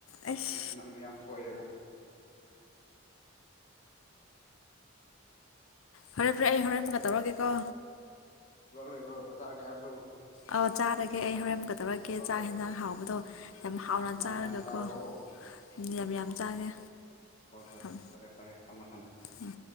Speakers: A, on the left; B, on the left.
A: ꯑꯩꯁ
B: ꯑꯁ ꯅꯪ ꯌꯥꯝ ꯁꯣꯏꯔꯦꯕꯨ
A: ꯐꯔꯦ ꯐ꯭ꯔꯦ ꯑꯩ ꯍꯣꯔꯦꯟ ꯃꯨꯛꯀ ꯇꯧꯔꯒꯦꯀꯣ
B: ꯊꯕꯛ ꯂꯩꯕ꯭ꯔꯣ ꯆꯥꯛ ꯆꯥꯔꯒꯦ ꯍꯥꯏꯕ꯭ꯔꯣ
A: ꯑꯥꯎ ꯆꯥꯔꯒꯦ ꯑꯩ ꯍꯧꯔꯦꯟꯃꯨꯛꯀ ꯇꯧꯔꯛꯀꯦ
B: ꯍꯣꯏ
A: ꯆꯥꯛ
B: ꯍꯣꯏ
A: ꯍꯦꯟꯖꯥꯡ ꯍꯥꯎꯕꯗꯣ ꯌꯥꯝ ꯍꯥꯎꯅ
B: ꯌꯥꯝ
A: ꯆꯥꯔꯒꯀꯣ
B: ꯌꯥꯝ ꯆꯥꯎꯀꯣ
A: ꯎꯝ ꯌꯥꯝ ꯌꯥꯝ ꯆꯥꯒꯦ
B: ꯍꯣꯏ ꯍꯣꯏ
A: ꯊꯝ
B: ꯐꯔꯦ ꯐꯔꯦ ꯊꯝꯃꯣ ꯊꯝꯃꯣ
A: ꯎꯝ